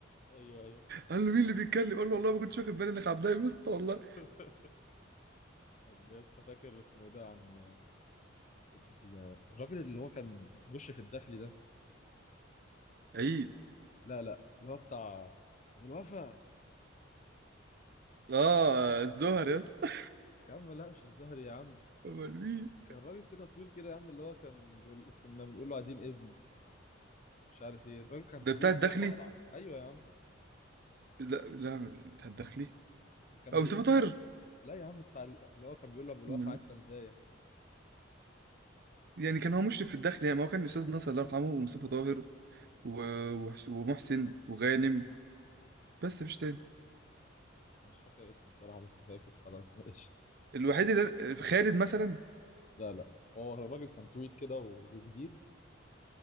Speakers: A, on the left (about 40°); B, on the right (about 55°).
A: <laughs> ايوه
B: قال له مين اللي بيتكلم؟ قال له والله ما كنتش واخد بالي انك عبد الله يا اسطى والله
A: ايوه طب يا اسطى فاكر اسمه ايه ده يا عم ال- الراجل اللي هو كان بيخش في الداخلي ده
B: عيد
A: لا لا اللي هو بتاع ابو الوفا
B: اه الزهر يا اسطى
A: يا عم لا مش الزهري يا عم
B: <laughs> امال مين؟
A: كان راجل كده طويل كده يا عم اللي هو كان بيقول كنا بنقول له عايزين اذن مش عارف ايه الراجل كان
B: ده
A: طويل
B: بتاع الداخلي؟
A: كده واقرع ايوه يا عم
B: لا لا بتاع الداخلي
A: اللي كان
B: اه
A: بيقول
B: مصطفى
A: بتاع...
B: طاهر
A: لا يا عم بتاع ال- اللي هو كان بيقول له ابو الوفا
B: امال مين؟
A: عايز كنزايه
B: يعني كان هو مشرف في الداخلي يعني ما هو كان الاستاذ ناصر الله يرحمه ومصطفى طاهر و- وحس- ومحسن وغانم بس مفيش تاني
A: انا مش فاكر اسمه بصراحه بس فاكس خلاص ماشي
B: الوحيد اللي خالد مثلا
A: لا لا هو الراجل كان طويل كده و... وجديد